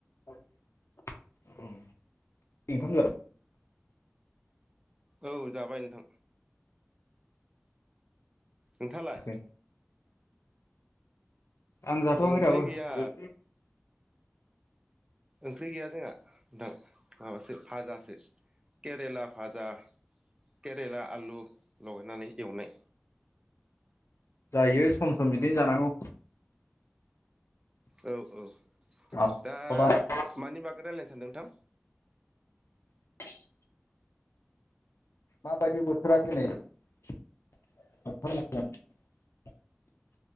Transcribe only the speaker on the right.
औ जाबाय नोंथां। नोंथाङालाय?
ओंख्रि
गैया
ओंख्रि गैया जोंहा नोंथां माबासो भाजासो केरेला भाजा केरेला आलु लगायनानै एवनाय
औ औ
दा
मानिबा रायलायनो सानदों नोंथां?